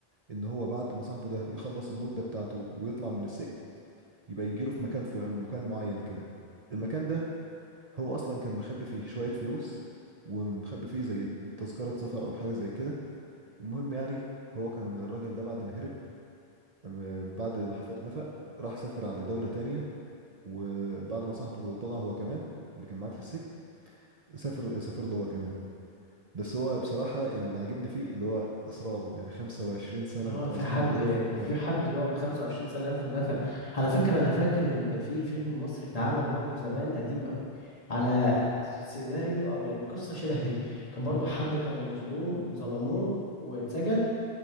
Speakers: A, on the right; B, on the left.
A: إن هو بعد ما صاحبه ده يخلص المدة بتاعته ويطلع من السجن يبقى يجيله في مكان في مكان معين كده المكان ده هو أصلا كان مخبي فيه شوية فلوس ومخبي فيه زي تذكرة سفر أو حاجة زي كده المهم يعني هو كان الراجل ده بعد ما هرب آه، بعد ما حفر نفق راح سافر على دولة تانية وبعد ما صاحبه طلع هو كمان اللي كان معاه في السجن سافر سافر له هو كمان بس هو بصراحة اللي عاجبني فيه اللي هو إصراره يعني 25 سنة
B: اه
A: متواصلين
B: في حد
A: بيحفر تنف
B: في حد يقعد 25 سنة يحفر نفق على فكرة أنا فاكر إن في فيلم مصري اتعمل برضو زمان قديم أوي على سيناريو أو يعني قصة شبه دي كان برضو حد كان مظلوم ظلموه واتسجن